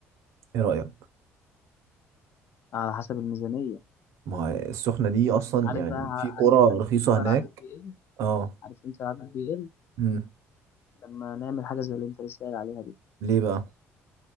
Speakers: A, on the right; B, on the left.
A: ايه رايك
B: على حسب الميزانية
A: ما هي السخنه دي اصلا
B: عارف
A: يعني
B: بقى صح
A: في قرى
B: عارف عارف
A: رخيصه
B: امتى بقى
A: هناك
B: العدد بيقل
A: اه
B: عارف امتى العدد بيقل
A: امم
B: لما نعمل حاجة زي اللي انت لسه قايل عليها دي
A: ليه بقى